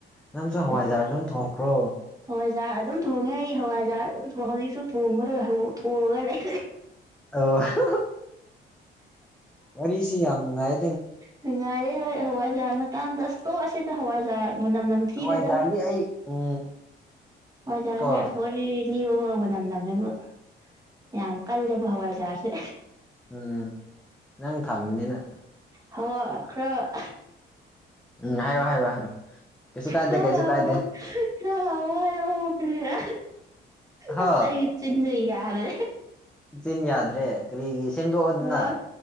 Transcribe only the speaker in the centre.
ꯅꯪꯁꯨ ꯍꯋꯥꯏꯖꯥꯔ
ꯑꯗꯨꯝ ꯊꯣꯡꯈ꯭ꯔꯣ
ꯑ ꯋꯥꯔꯤꯔꯤ ꯁꯤ ꯌꯥꯝꯅꯨꯡꯉꯥꯏ
ꯍꯋꯥꯏꯖꯥꯔꯗꯤ ꯑꯩ ꯎꯝ
ꯀꯣ
ꯎꯝ ꯅꯪ ꯊꯝꯕꯅꯤꯅ
ꯎꯝ ꯍꯥꯏꯔꯣ ꯍꯥꯏꯔꯣ ꯍꯥꯏꯔꯣ ꯀꯩꯁꯨ ꯀꯥꯏꯗꯦ
ꯀꯩꯁꯨ
ꯀꯥꯏꯗꯦ
ꯍ
ꯁꯤꯟ ꯌꯥꯗ꯭ꯔꯦ ꯀꯔꯤꯒꯤ ꯁꯦꯝꯗꯣꯛꯑꯣꯗꯅ